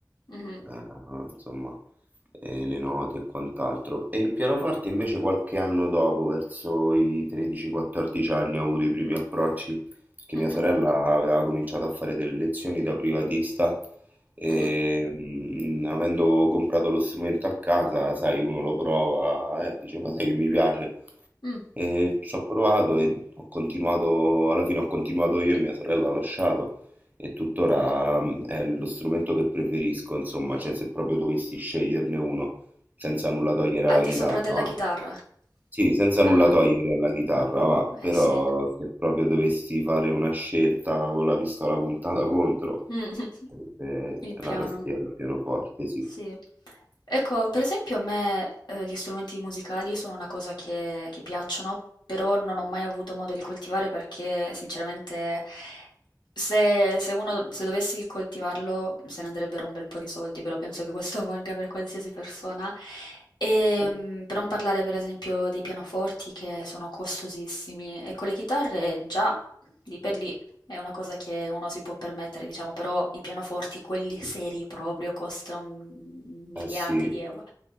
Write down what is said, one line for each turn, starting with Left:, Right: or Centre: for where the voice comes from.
Left: mhm,
Right: eh, insomma, eh, le note e quant'altro. E il pianoforte invece qualche anno dopo, verso i 13-14 anni, ho avuto i primi approcci che
Left: mhm,
Right: mia sorella aveva cominciato a fare delle lezioni da privatista e
Left: mhm,
Right: mm, avendo comprato lo strumento a casa, sai, uno lo prova e dice, ma sai che mi piace?
Left: mm.
Right: E ci ho provato e ho continuato, alla fine ho continuato io e mia sorella ha lasciato e tuttora mm, è lo strumento che preferisco, insomma, cioè se proprio dovessi sceglierne uno, senza nulla togliere
Left: Al
Right: alla
Left: di
Right: chitarra.
Left: sopra della chitarra?
Right: eh. Sì, senza
Left: Ah,
Right: nulla togliere alla chitarra, va, però
Left: eh sì.
Right: se proprio dovessi fare una scelta con la pistola puntata contro,
Left: Mh. <laughs>
Right: sarebbe
Left: Il
Right: la
Left: piano.
Right: tastiera al pianoforte, sì.
Left: Sì. Ecco, per esempio a me, ehm, gli strumenti musicali sono una cosa che che piacciono, però non ho mai avuto modo di coltivare perché sinceramente se se uno se dovessi coltivarlo se ne andrebbero un bel po' di soldi, però penso che questo <laughs> valga per qualsiasi persona. Ehm,
Right: Eh sì,
Left: per non parlare per esempio dei pianoforti che sono costosissimi e con le chitarre già di per lì è una cosa che uno si può permettere, diciamo, però i pianoforti, quelli seri proprio, costano m- miliardi
Right: eh sì,
Left: di euro.